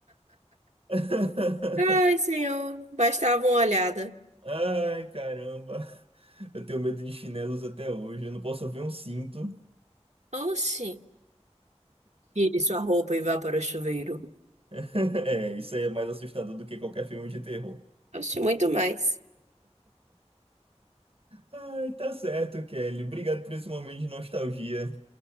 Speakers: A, on the right (about 55°); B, on the right (about 80°).
A: <laughs>
B: Ai, senhor, bastava uma olhada.
A: Ai, caramba. Eu tenho medo de chinelos até hoje. Eu não posso ver um cinto.
B: Oxi, Tire sua roupa e vá para o chuveiro.
A: <laughs> É, isso aí é mais assustador do que qualquer filme de terror.
B: Oxe, muito mais.
A: Ai, tá certo, Kelly. Obrigado por esse momento de nostalgia.